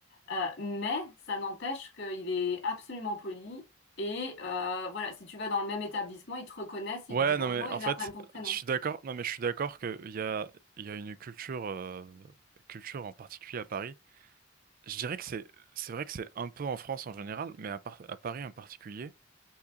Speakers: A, on the left (about 65°); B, on the right (about 45°).
A: Euh, mais ça n'empêche qu'il est absolument poli. Et euh, voilà, si tu vas dans le même établissement, ils te reconnaissent, ils
B: Ouais,
A: te disent bonjour,
B: non, mais en
A: ils
B: fait,
A: apprennent ton prénom.
B: je suis d'accord. Non, mais je suis d'accord qu'il y a, il y a une culture, euh, culture en particulier à Paris. Je dirais que c'est, c'est vrai que c'est un peu en France en général, mais à, par- à Paris en particulier,